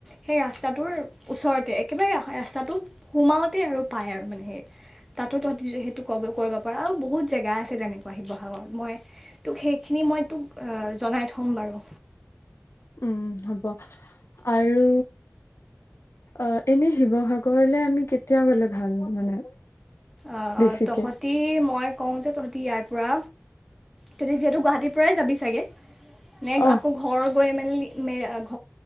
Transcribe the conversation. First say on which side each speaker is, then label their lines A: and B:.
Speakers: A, in the centre; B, on the left.
A: সেই ৰাস্তাটোৰ ওচৰতে একেবাৰে ৰাস্তাটো সোমাওঁতে আৰু পায় আৰু। মানে তাতো তহঁ সেইটো ক কৰিব পাৰ, আৰু বহুত জেগা আছে তেনেকৈ। শিৱসাগত মই তোক সেইখিনি মই তোক জনাই থ'ম বাৰু।
B: উম হ'ব আৰু অ এনেই শিৱসাগৰলে আমি কেতিয়া গলে ভাল মানে?
A: অ
B: বেছিকে
A: তহঁতি, মই কওঁ যে তহঁতি ইয়াৰ পৰা তহঁতি যিহেতু গুৱাহাটীৰ পৰাই যাবি চাগে?
B: অ
A: নে আকৌ ঘৰ গৈ মেল ম অ